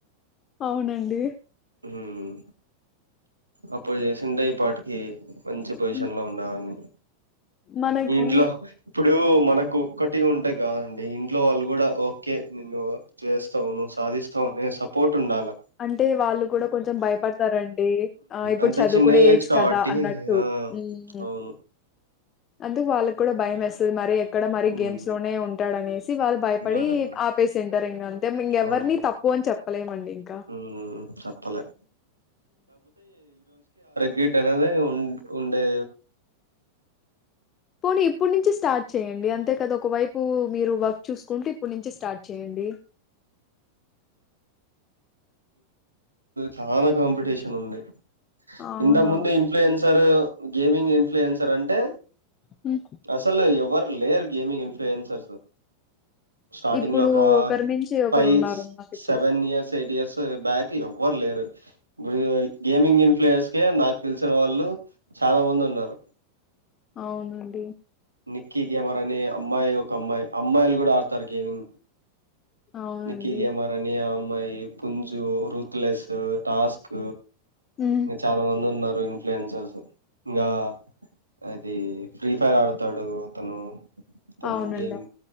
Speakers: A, on the left; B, on the right.
A: అవునండి
B: హ్మ్ అప్పుడు జేసింటె ఈ పాటు ఏ మంచి పొజిషన్
A: హ్మ్.
B: లో ఉండేవాన్ని
A: మనకి
B: ఇంట్లో ఇప్పుడు మనకు ఒక్కటి ఉంటే కాదండి ఇంట్లో వాళ్ళు కూడా ఓకే నిన్ను చేస్తావును సాధిస్ సో నే సపోర్ట్ టుండాల
A: అంటే వాళ్ళు కూడా కొంచెం భయపడతారండి. ఆ ఇప్పుడు
B: అంత
A: చదువుకునే
B: చిన్న
A: ఏజ్
B: కాబట్టి
A: కదా అన్నట్టు
B: ఆ
A: మ్మ్
B: అవును
A: అందుకు వాళ్ళకి కూడా భయం వేస్తుంది మరి అక్కడ మరి
B: మ్మ్
A: గేమ్స్ లోనే ఉంటాడనేసి వాళ్ళు భయపడి
B: ఉంటాడు
A: ఆపేసింటారు, ఇంకా అంతే ఇంకెవరిని
B: అవును
A: తప్పు అని చెప్పలేమండి ఇంకా
B: మ్మ్ చెప్పలే గేట్ అనేది ఉన్ ఉండె
A: పోనీ ఇప్పుడు నుంచి స్టార్ట్ చేయండి అంతే కదా ఒక వైపు మీరు వర్క్ చూసుకుంటు ఇప్పుడు నుంచి స్టార్ట్ చేయండి
B: చానా కాంపిటీషన్ ఉంది
A: అవునవును
B: ఇంతకముందు ఇన్ఫ్లుూయెన్స్ తరు గేమింగ్ ఇన్ఫ్లుయెన్సర్ అంటే
A: హ్మ్.
B: అసలు ఎవర్ లేరు గేమింగ్ ఇన్ఫ్లుూయెన్సర్స్ స్టార్టింగ్
A: ఇప్పుడు
B: లో ఒక
A: ఒకరి మించి ఒకరు
B: ఫైవ్
A: ఉన్నారు మాకు ఇప్పుడు
B: seven years eight years back ఎవ్వర్ లేరు ఇప్పుడు గేమింగ్ ఇన్ఫ్లయర్స్ కే నాకు తెలిసిన వాళ్ళు చాలా మంది ఉన్నారు
A: అవునండి
B: నిక్కీ గేమర్ అనీ అమ్మాయి ఒక అమ్మాయి అమ్మాయిలు కూడా ఆడతారు గేమింగ్
A: అవునండి
B: నిక్కి గేమర్ అని ఆమ్ మై పుంజు రుత్ లెస్ టాస్క్
A: ఉమ్
B: ఉ చాలా మంది ఉన్నారు ఇన్ఫ్లుయెన్సర్స్ ఇంగా అదీ ఫ్రీ ఫైర్ ఆడు తాడు అతను తను
A: అవునండి
B: గేమ్